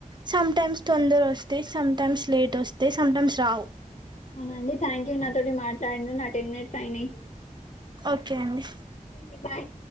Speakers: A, on the right; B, on the left.
A: సంటైమ్స్ తొందర వస్తాయి, సంటైమ్స్ లేట్ వస్తాయి, సామ్టైమ్స్ రావు.
B: అవునండి థ్యాంక్ యూ నాతోటి మాట్లాడిను నా టెన్ మినిట్స్ అయినాయి
A: ఓకే అండి
B: ఇన్నీ భాయ్